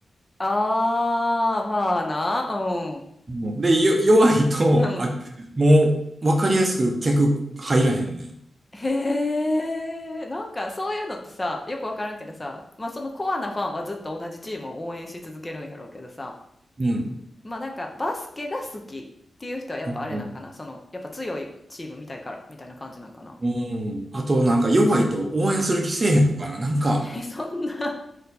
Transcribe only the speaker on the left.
ああ、まあな。うん。
うん。
へえ。なんか、そういうのってさ、よくわからんけどさ、まあ、そのコアなファンはずっと同じチームを応援し続けるんやろうけどさ、
まあなんかバスケが好きっていう人はやっぱあれなんかな、
そのやっぱ強いチーム見たいからみたいな感じなんかな。
<laughs> え、そんな